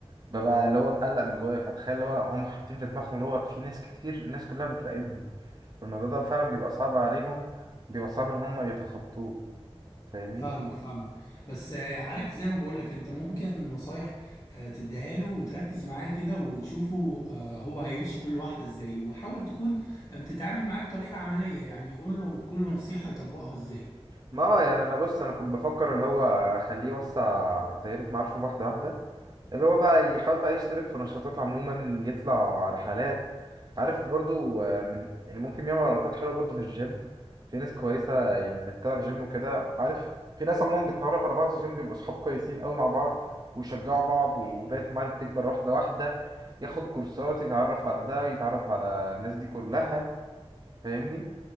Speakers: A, on the right (about 40°); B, on the left (about 30°).
A: ببقى اللي هو مقلق من جوايا فتخيل اللي هو هم حاطين في دماغهم اللي هو في ناس كتير الناس كلها بتراقبهم فالموضوع ده فعلا بيبقى صعب عليهم بيبقى صعب ان هم يتخطوه فاهمني
B: فاهمك فاهمك بس آه، عارف زي ما بقولك انت ممكن نصايح آه، تديها له وتركز معاه كده وتشوفه آه، هو هيمشي كل واحدة ازاي وحاول تكون بتتعامل معاه بطريقة عملية يعني قول له كل نصيحة يطبقها ازاي
A: ما هو يعني انا بص انا كنت بفكر اللي هو اخليه يوسع دايرة معارفه واحدة واحدة اللي هو بقى يحاول بقى يشترك في نشاطات عموما يطلع رحلات عارف برضو آه، من يعني ممكن يعمل علاقات حلوة برضو في الجيم في ناس كويسة يعني اللي بتلعب جيم وكده عارف في ناس عموما بتتعرف على بعض في الجيم بيبقوا صحاب كويسين قوي مع بعض ويشجعوا بعض ودايرة المعارف تكبر واحدة واحدة ياخد كورسات يتعرف على ده يتعرف على الناس دي كلها فاهمني